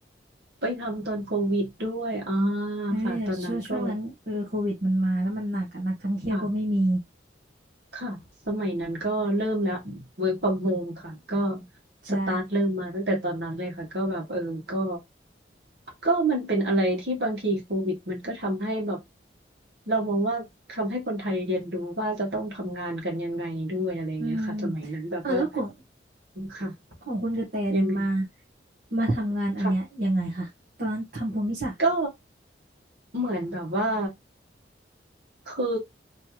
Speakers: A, on the right (about 65°); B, on the right (about 50°).
A: ไปทำตอนโควิดด้วยอ่า
B: เออช่วงช่วงนั้นเออโควิดมันมาแล้วมันหนักอะนักท่องเที่ยวก็ไม่มี
A: ค่ะตอนนั้นก็ค่ะค่ะสมัยนั้นก็เริ่มแล้ว work from home ค่ะก็
B: ใช่
A: สตาร์ทเริ่มมาตั้งแต่ตอนนั้นเลยค่ะก็แบบเออก็ก็มันเป็นอะไรที่บางทีโควิดมันก็ทำให้แบบเรามองว่าทำให้คนไทยเรียนรู้ว่าจะต้องทำงานกันยังไงด้วยอะไรอย่างเงี้ยค่ะสมัยนั้นแบบว่า
B: อืมเออแล้วของ
A: ค่ะ
B: ของคุณกระแตเนี่ยมา
A: ยังไง
B: มาทำงานอันเนี้ยยังไงคะตอนนั้นทำภูมิศาสตร์
A: ค่ะก็เหมือนแบบว่า คือ